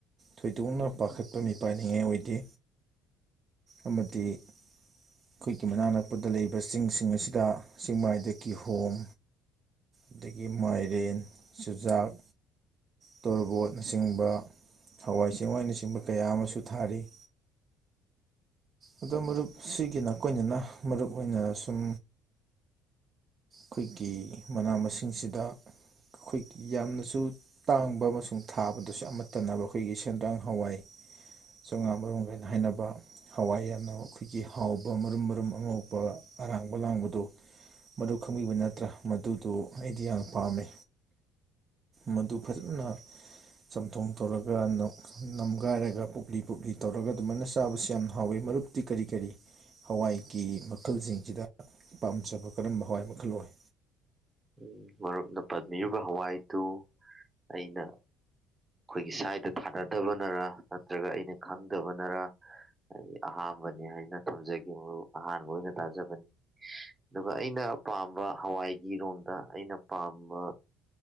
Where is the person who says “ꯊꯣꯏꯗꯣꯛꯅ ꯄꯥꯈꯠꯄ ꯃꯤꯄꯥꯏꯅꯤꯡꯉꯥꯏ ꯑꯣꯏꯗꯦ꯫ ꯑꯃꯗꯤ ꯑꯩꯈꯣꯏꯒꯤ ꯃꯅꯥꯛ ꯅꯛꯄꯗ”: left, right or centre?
Right